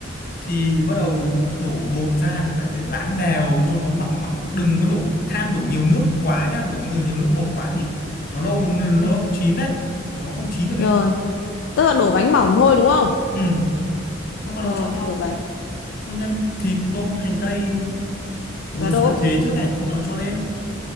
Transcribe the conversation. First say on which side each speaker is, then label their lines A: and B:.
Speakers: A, on the left (about 50°); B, on the left (about 70°).
A: thì bắt đầu đổ bột ra thì phải láng đều cho nó mỏng mỏng đừng có đổ tham đổ nhiều nước quá nhá đổ nư- nhiều nước bột quá thì nó lâu nó
B: ừ,
A: lâu chín đấy mà nó không chín được ấy
B: rồi tức là đổ bánh mỏng thôi đúng không
A: ừ xong bắt
B: rồi
A: đầu cho
B: đổ bánh
A: cho nhân thịt tôm hành tây vừa
B: giá
A: sơ
B: đỗ
A: chế trước này xong bắt đầu cho lên